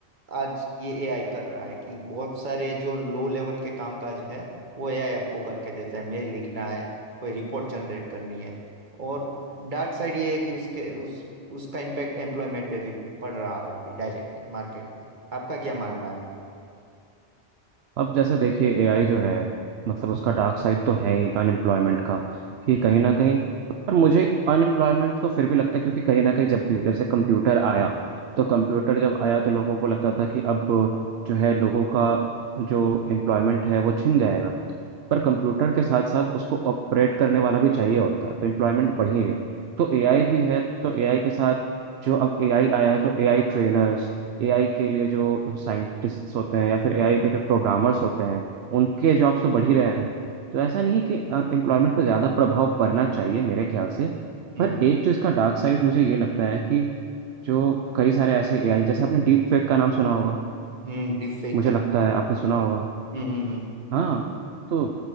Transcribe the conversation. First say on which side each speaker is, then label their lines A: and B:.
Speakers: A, on the right; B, on the right.
A: आज ये एआई कर रहा है कि बहुत सारे जो लो लेवल के कामकाज है वो एआई आपको करके देता है मेल लिखना है कोई रिपोर्ट जनरेट करनी है और डार्क साइड ये है कि उसके उस उसका इम्पैक्ट एम्प्लॉयमेंट पे भी पड़ रहा है अभी डायरेक्टली मार्केट में आपका क्या मानना है
B: अब जैसे देखिए एआई जो है मतलब उसका डार्क साइड तो है ही अनएम्प्लॉयमेंट का कि
A: हम्म
B: कहीं ना कहीं पर मुझे अनएम्प्लॉयमेंट तो फिर भी लगता है क्योंकि कहीं ना कहीं जब भी जैसे कंप्यूटर आया तो कंप्यूटर जब आया तो लोगों को लगता था कि अब जो है लोगों का जो एम्प्लॉयमेंट है वो छिन जाएगा पर कंप्यूटर के साथ साथ उसको ऑपरेट करने वाला भी चाहिए होता है तो एम्प्लॉयमेंट बढ़ी है तो एआई भी है तो एआई के साथ जो अब एआई आया है तो एआई ट्रेनर्स एआई के लिए जो साइंटिस्ट्स होते हैं या फिर एआई के जो प्रोग्रामर्स होते हैं उनके जॉब्स तो बढ़ ही रहे हैं तो ऐसा नहीं है कि एम्प्लॉयमेंट पर ज़्यादा प्रभाव पड़ना चाहिए मेरे ख्याल से
A: हम्म
B: पर एक जो इसका डार्क साइड मुझे ये लगता है कि जो कई सारे ऐसे एआई जैसे आपने डीप फेक का नाम सुना होगा
A: हम्म deepfake
B: मुझे
A: का
B: लगता है आपने सुना होगा
A: हम्म
B: हाँ तो